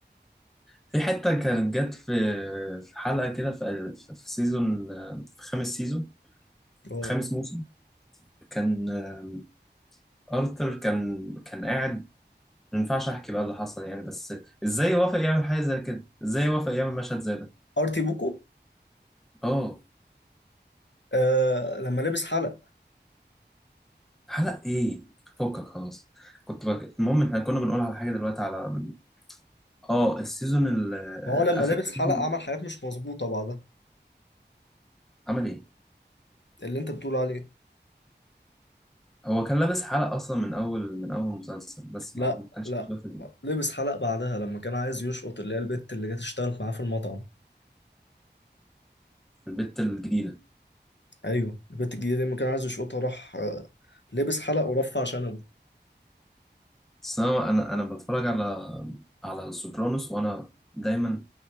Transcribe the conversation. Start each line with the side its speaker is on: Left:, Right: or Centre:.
Centre: في حتة كانت جت في في حلقة كده في في في سيزون في خامس سيزون
Left: اه
Centre: خامس موسم كان آه، ارثر كان كان قاعد ما ينفعش احكي بقى اللي حصل يعني بس ازاي وافق يعمل حاجه زي كده ازاي وافق يعمل مشهد زي ده
Left: ارتي بوكو
Centre: اه
Left: آه لما لبس حلق
Centre: حلق ايه فكك خلاص كنت بك... المهم احنا كنا بنقول على حاجه دلوقتي على اه السيزون ال...
Left: ما هو لما
Centre: اخر
Left: لبس
Centre: سيزون
Left: حلق عمل حاجات مش مظبوطة بعدها
Centre: عمل ايه
Left: اللي انت بتقول عليه
Centre: هو كان لابس حلق اصلا من اول من اول مسلسل بس
Left: لا
Centre: ما ما كانش
Left: لا
Centre: موجود في ال-
Left: لبس حلق بعدها لما كان عايز يشقط اللي هي البت اللي جت اشتغلت معاه في المطعم
Centre: في البت الجديده
Left: ايوه البت الجديده دي لما كان عايز يشقطها راح آه، لابس حلق ورفع شنبه
Centre: بس انا انا أنا بتفرج على على السوبرانوس وانا دايما